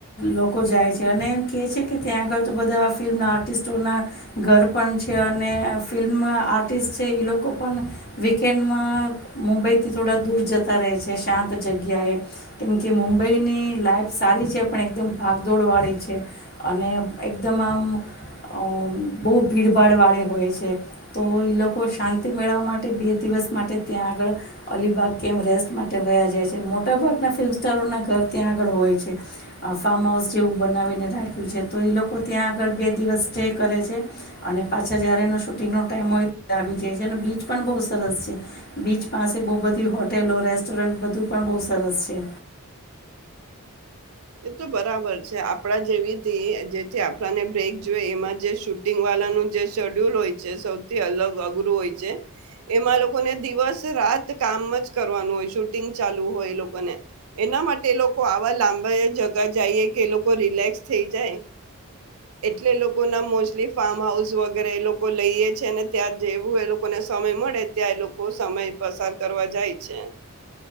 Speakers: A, on the left; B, on the right.
A: લોકો જાય છે અને એમ કહે છે કે ત્યાં આગળ તો બધા ફિલ્મના આર્ટિસ્ટોના ઘર પણ છે અને ફિલ્મ આર્ટિસ્ટ છે એ લોકો પણ વીકેન્ડમાં મુંબઈથી થોડા દૂર જતા રહે છે, શાંત જગ્યાએ કેમકે મુંબઈની લાઈફ સારી છે પણ એકદમ ભાગદોડવાળી છે અને એકદમ આમ અ બહુ ભીડભાડવાળી હોય છે તો એ લોકો શાંતિ મેળવવા માટે બે દિવસ માટે ત્યાં આગળ અલીબાગ કેમ રેસ્ટ માટે વ્યા જાય છે. મોટાભાગના ફિલ્મસ્ટારોનાં ઘર ત્યાં આગળ હોય છે આ ફાર્મ હાઉસ જેવું બનાવીને રાખ્યું છે, તો એ લોકો ત્યાં આગળ બે દિવસ સ્ટે કરે છે. અને પાછા જયારે એનો શૂટિંગનો ટાઈમ હોય ત આવી જાય છે અને બીચ પણ બહુ સરસ છે, બીચ પાસે બહુ બધી હોટેલો રેસ્ટોરન્ટ બધું પણ બહ સરસ છે.
B: એ તો બરાબર છે આપડા જેવી જેથી આપણાને બ્રેક જોય એમાં જે શૂટિંગ વાળાનું જે શેડ્યુલ હોય છે સૌથી અલગ અઘરું હોય છે, એમાં લોકોને દિવસ-રાત કામ જ કરવાનું હોય શૂટિંગ ચાલુ હોય એ લોકોને એના માટે એ લોકો આવા લાંબ જગા જઈએ કે એ લોકો રિલેક્સ થઈ જાય એટલે લોકો ના મોસ્ટલી ફાર્મ હાઉસ વગેરે એ લોકો લઈએ છે, ને ત્યાં જેવું એ લોકોને સમય મળે ત્યાં એ લોકો સમય પસાર કરવા જાય છે,